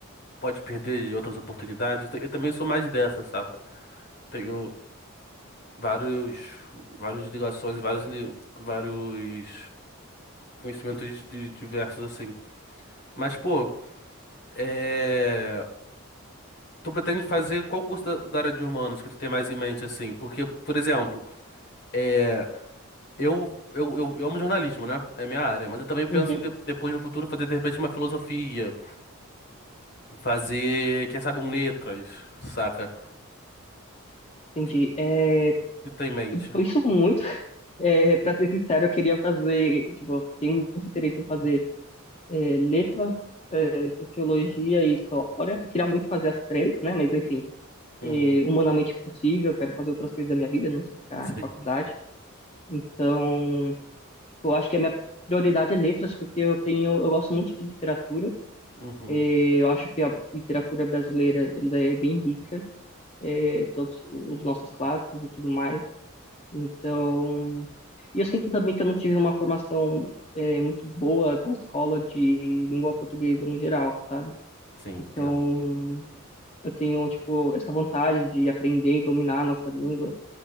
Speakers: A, on the left; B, on the left.
A: pode perder outras oportunidades. Eu, te- eu também sou mais dessa, saca? Tenho, vários, vários ligações, vários, inde- vários conhecimentos di- diversos assim. Mas, pô, é... tu pretende fazer qual curso da, da área de humanos que tu tem mais em mente assim? Porque, por exemplo, é... eu, eu, eu, eu amo jornalismo, né? É minha área, mas eu também penso
B: Uhum,
A: em de- depois no futuro fazer de repente uma filosofia, fazer, quem sabe, um letras, saca?
B: entendi.
A: O que que
B: É,
A: tu tem em mente?
B: por isso muito. <laughs> É, pra ser sincero, eu queria fazer, tipo, eu tenho muito interesse em fazer é, letras, é, sociologia e história. Eu queria muito fazer as três, né? Mas enfim,
A: Uhum.
B: é, humanamente possível, eu quero fazer outras coisas da minha vida, não só ficar
A: Sim.
B: em faculdade. Então, tipo, eu acho que a minha prioridade é letras, porque eu tenho, eu gosto muito de literatura.
A: Uhum.
B: É, eu acho que a literatura brasileira ela é bem rica, é, todos os nossos clássicos e tudo mais. Então, e eu sinto também que eu não tive uma formação é, muito boa na escola de língua portuguesa no geral, sabe?
A: Sim,
B: Então,
A: entendo.
B: eu tenho, tipo, essa vontade de aprender e dominar a nossa língua.